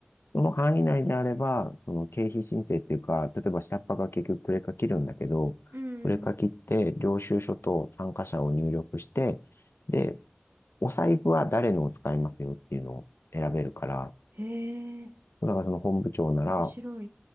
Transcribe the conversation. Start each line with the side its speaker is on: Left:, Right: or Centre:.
Left: その範囲内であれば、その経費申請っていうか、例えば下っ端が結局クレカ切るんだけど、
Right: うん
Left: クレカ切って領収書と参加者を入力して、で、お財布は誰のを使いますよっていうのを選べるから、
Right: へえ、
Left: だからその本部長なら、
Right: 面白い。